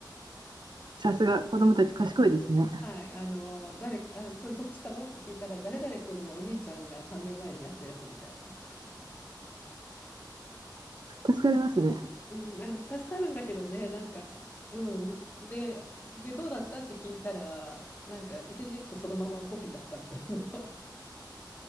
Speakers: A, on the right (about 75°); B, on the left (about 25°).
A: さすが子供たち賢いですね。
B: はい、あの誰あ、それどうしたのって聞いたら、誰々君のお兄ちゃんが3年前にやったやつみたいな。
A: 助かりますね。
B: うん、あ助かるんだけどね、なんか、うん、で、で、どうだったって聞いたら、なんか、一字一句そのままコピーだったみたいな。